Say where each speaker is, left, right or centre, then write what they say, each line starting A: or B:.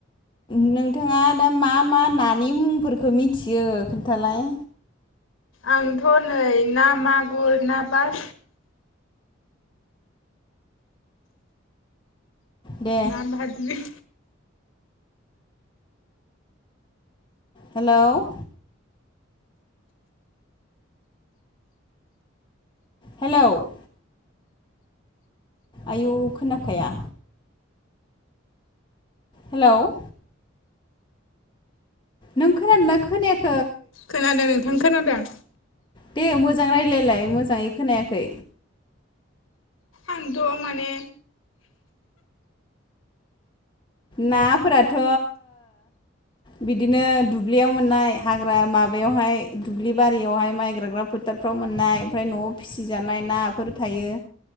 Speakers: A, on the left; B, on the left.
A: नोंथाङा दा मा मा नानि मुंफोरखौ मिथियो खोन्थालाय।
B: आंथ' नै ना मागुर, ना बार
A: दे
B: ना बारलि
A: हेल'? हेल'? आयु खोनाखाया। हेल'? नों खोनादोंना खोनायाखै?
B: खोनादों नोंथां खोनादों।
A: दे मोजां रायलायलाय मोजाङै खोनायाखै।
B: आंथ' माने
A: नाफोराथ' बिदिनो दुब्लियाव मोननाय हाग्रा माबायावहाय दुब्लि बारियावहाय माइ गाइग्रा फोथार नफ्राव मोननाय ओमफ्राय न'आव फिसिजानाय नाफोर थायो।